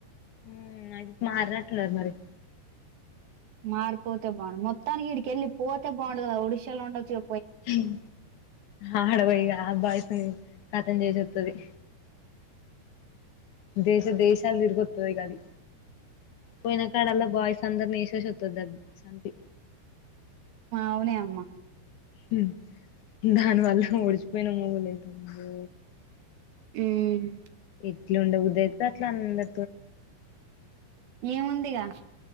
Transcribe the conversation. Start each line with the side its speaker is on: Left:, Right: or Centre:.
Left: హ్మ్ అయితే మారినట్టున్నారు మరి
Right: మారిపోతే బాను మొత్తనికి ఇడికెళ్ళి పోతే బాగుండు కదా ఒడిశాలో ఉండొచ్చుగ
Left: హ్మ్ ఆడపోయ అబ్బాయితో కతం చేసేస్తది దేశ దేశలు తిరుగత్తది ఇగ అది పోయిన కాడలా బాయ్స్ అందరుని ఏసేసిస్తది దగ్ చంపి
Right: అవునే అమ్మా
Left: హ్మ్ దానివల్ల ఓడిపోయిన మొగోళ్ళు ఎంతమందో
Right: హ్మ్
Left: ఎట్లు ఉండబుద్ధి అయితే అట్ల అందరు
Right: ఏముంది ఇగ